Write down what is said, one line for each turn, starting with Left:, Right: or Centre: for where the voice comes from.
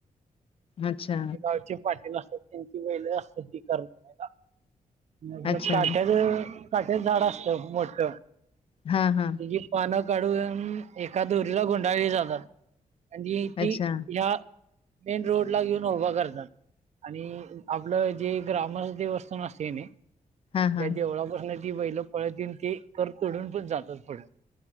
Left: अच्छा
Right: गावचे पाटील असतात. त्यांची बैल असतात ती कर तोडायला, मग
Left: अच्छा
Right: हे काट्याच काट्याच झाड असतं मोठ त्याची
Left: हा हा
Right: पान काढून एका दोरीला गुंडाळली जातात, आणि ती
Left: अच्छा
Right: ह्या मेन रोड ला घेऊन उभा करतात. आणि आपलं जे ग्रामस्थ देवस्थान असतय कि नाय
Left: हा हा
Right: देवळापासन ती बैल पळत येऊन ते कर तोडून पण जातात, पुढं